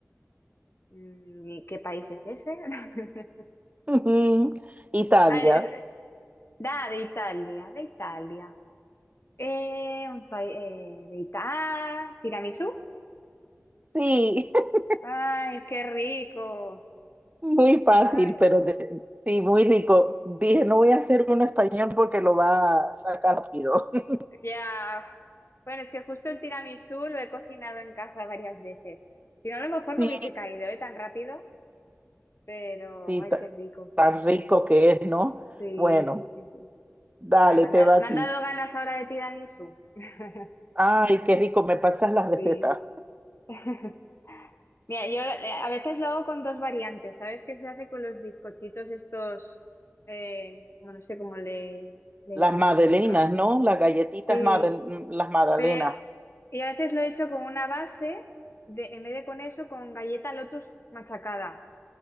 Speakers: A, on the left (about 55°); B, on the right (about 30°).
A: Mm, ¿Y qué país es ese? <laughs>
B: <laughs> Italia.
A: Ah, es- da, de Italia, de Italia. Eh, un país de Italia. Ah, tiramisú.
B: Sí, <laughs>
A: Ay, qué rico.
B: muy fácil,
A: Ay,
B: pero de- sí, muy rico. Dije, no voy a hacer uno español porque lo va a sacar rápido. <laughs>
A: ya. Bueno, es que justo el tiramisú lo he cocinado en casa varias veces. Si no, a lo mejor no
B: Sí,
A: hubiese caído, ¿eh? tan rápido, pero
B: sí,
A: ay,
B: ta-
A: qué rico.
B: tan rico que es, ¿no?
A: Sí,
B: Bueno,
A: sí, sí, sí.
B: dale,
A: Ay, me han
B: te
A: da-
B: va
A: me
B: a ti.
A: han dado ganas ahora de tiramisú. <laughs>
B: Ay, qué rico, me pasas las recetas.
A: Sí. <laughs> Mira, yo eh, a veces lo hago con dos variantes. ¿Sabes qué se hace con los bizcochitos estos? Eh, bueno, no sé cómo le, le
B: Las
A: llamáis
B: magdalenas,
A: vosotros.
B: ¿no? Las galletitas,
A: Sí,
B: madal- las magdalenas.
A: pero eh, y a veces lo he hecho con una base, de, en vez de con eso, con galleta Lotus machacada.